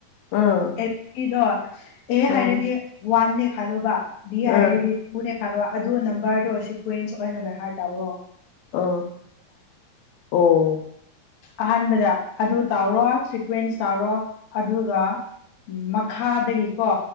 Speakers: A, on the left; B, on the left.
A: ꯎꯝ
B: ꯑꯦꯗꯣ ꯑꯦ
A: ꯎꯝ
B: ꯍꯥꯏꯔꯗꯤ ꯋꯥꯟ ꯂꯤ ꯈꯜꯂꯣꯕ ꯕꯤ
A: ꯎꯝ
B: ꯍꯥꯏꯔꯗꯤ ꯇꯨꯅꯦ ꯈꯜꯂꯣ ꯑꯗꯨ ꯅꯝꯕꯔꯗꯣ ꯁꯤꯀ꯭ꯋꯦꯟꯁ ꯑꯣꯏꯅ ꯚ ꯍꯥꯏꯔ ꯇꯧꯔꯑꯣꯣ
A: ꯑꯥ ꯑꯣ
B: ꯑꯍꯥꯟꯕꯗ ꯑꯗꯨ ꯇꯥꯎꯔꯣ ꯇ꯭ꯋꯦꯟꯁ ꯇꯧꯔꯣ ꯑꯗꯨꯒ ꯃꯈꯥꯗꯒꯤꯀꯣ